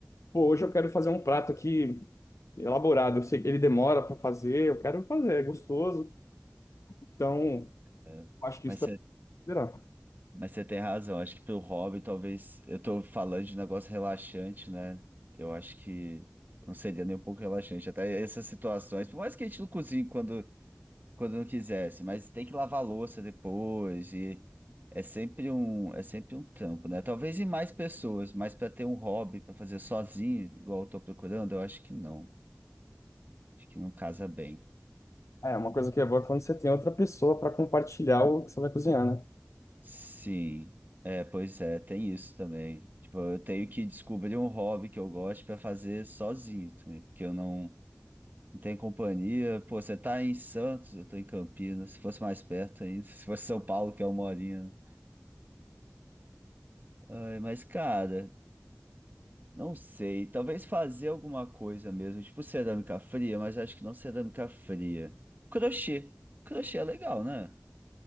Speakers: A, on the left; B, on the right.
A: Pô, hoje eu quero fazer um prato aqui elaborado. Eu sei que ele demora para fazer, eu quero fazer, é gostoso. Então,
B: é.
A: acho que isso
B: Mas
A: também
B: você,
A: considerar.
B: mas você tem razão. Acho que pro hobby, talvez. Eu tô falando de negócio relaxante, né? Eu acho que não seria nem um pouco relaxante. Até essas situações. Por mais que a gente não cozinhe quando quando não quisesse, mas tem que lavar a louça depois e é sempre um é sempre um trampo, né? Talvez em mais pessoas, mas para ter um hobby para fazer sozinho, igual eu tô procurando, eu acho que não. Acho que não casa bem.
A: É, uma coisa que é boa é quando você tem outra pessoa para compartilhar o que você vai cozinhar, né?
B: Sim. É, pois é, tem isso também. Tipo, eu tenho que descobrir um hobby que eu gosto para fazer sozinho também, porque eu não Não tenho companhia. Pô, você tá em Santos, eu tô em Campinas. Se fosse mais perto ainda, <laughs> se fosse São Paulo, que é uma horinha. Ai, mas, cara, Não sei, talvez fazer alguma coisa mesmo, tipo cerâmica fria, mas acho que não cerâmica fria. Crochê. Crochê é legal, né?